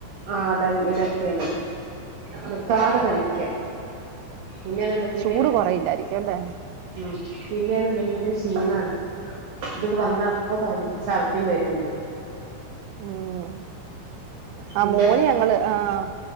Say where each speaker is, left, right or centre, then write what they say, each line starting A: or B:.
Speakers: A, on the right; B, on the right.
A: ആഹ് അതങ്കി ടെസ്റ്റ്‌ ചെയുന്നത്. നിർത്താതെ പനിക്ക്യ പിന്നേന്ന്ണ്ടെങ്കില്
B: ചൂട് കുറയില്ലായിരിക്കും അല്ലേ
A: ഉം പിന്നേന്ന്ണ്ടെങ്കില് ക്ഷീണാണ്. ഇതുകൊണ്ട് വന്ന അപ്പം പനി ഛർദിം വര്ന്ന്ണ്ട്.
B: ഉം
A: ഇതിന്റെ
B: ആ മോന് ഞങ്ങൾ ആഹ്.